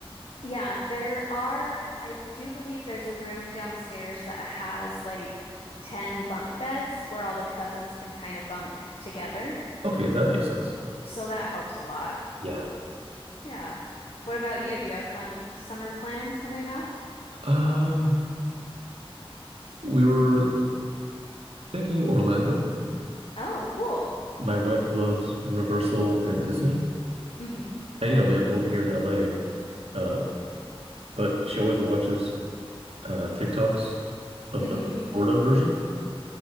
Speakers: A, on the left (about 75°); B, on the right (about 80°).
A: Yeah, there are, I do believe there's a room downstairs that has like 10 bunk beds where all the cousins can kind of bunk together.
B: Okay, that makes sense.
A: So that helps a lot.
B: Yeah.
A: Yeah. What about you? Do you have fun summer plans coming up?
B: Um, we were thinking Orlando.
A: Oh, cool.
B: My wife loves Universal and Disney.
A: Mm-hmm.
B: And you know, we have both here in LA. Uh, but she always watches uh TikToks of
A: Mm-hmm.
B: the Florida version.